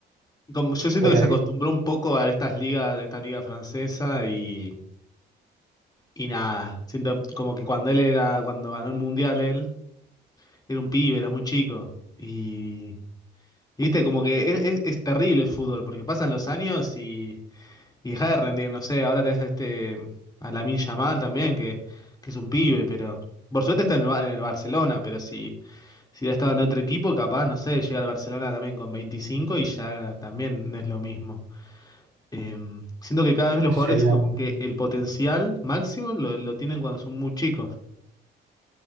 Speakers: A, on the left (about 20°); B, on the right (about 80°).
A: como, yo siento
B: por
A: que
B: ahí.
A: se acostumbró un poco a estas ligas, esta liga francesa y, y nada, siento como que cuando él era, cuando ganó el mundial él. Era un pibe, era muy chico. Y, y viste, como que es, es- es terrible el fútbol, porque pasan los años y, y deja de rendir, no sé, ahora tenés a este, a Lamine Yamal también, que, que es un pibe, pero por suerte está en el, Ba- en el Barcelona, pero si, si hubiera estado en otro equipo, capaz, no sé, llega al Barcelona también con 25 y ya también no es lo mismo. Eh, siento que cada vez los
B: Sí,
A: jugadores como
B: a mí.
A: que el potencial máximo lo, lo tienen cuando son muy chicos.